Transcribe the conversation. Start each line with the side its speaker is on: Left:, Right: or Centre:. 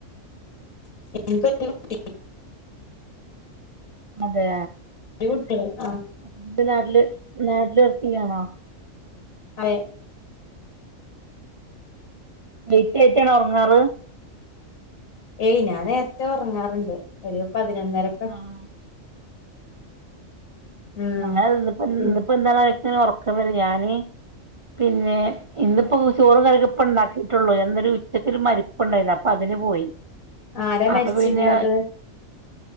Left: <unintelligible>
Right: അതെ
Left: ജ് വിട്ടിനൊ ആഹ്
Right: <unintelligible> നാട്ടില് നാട്ടില് ർക്ക് ഇല്ലേന്നോ?
Left: അതെ
Right: ലെയ്റ്റായിറ്റാണോ ഒറങ്ങാറ്
Left: ഏയ് ഞാൻ നേരത്തെ ഒറങ്ങാറ്ണ്ട്. ഒരു പതിനൊന്നര
Right: ആഹ്
Left: ഉം
Right: ഞ <unintelligible> ഇന്ന്പ്പോ
Left: പിന്നെ
Right: ഇന്ന്പ്പോ എന്ത <unintelligible> ഒറക്കം വരും. ഞാന് പിന്നേ ഇന്നിപ്പോ ചോറും കറി യൊക്കെപ്പണ്ടാക്കിയിട്ടുള്ളൂ ഞാന്നൊരു ഉച്ചക്കൊരു മരിപ്പ്ണ്ടായിരുന്നു. അപ്പൊ അതിന് പോയി.
Left: ആരാ മരിച്ചിര്ന്നത്?
Right: അപ്പൊ പിന്നെ